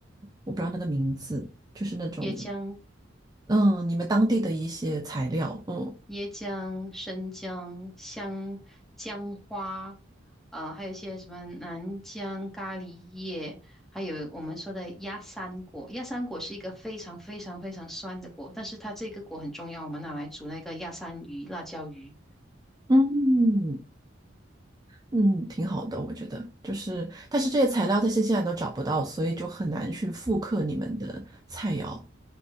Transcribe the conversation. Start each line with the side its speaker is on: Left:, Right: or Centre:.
Right: 我不知道那个名字，就是那种，
Centre: 椰浆、
Right: 嗯，你们当地的一些材料，嗯
Centre: 椰浆、生姜、香姜花，呃，还有一些什么南姜咖喱叶，还有我们说的鸭三果。鸭三果是一个非常非常非常酸的果，但是它这个果很重要，我们拿来煮那个鸭三鱼、辣椒鱼。
Right: 嗯嗯，挺好的，我觉得。就是，但是这些材料在新西兰都找不到，所以就很难去复刻你们的菜肴。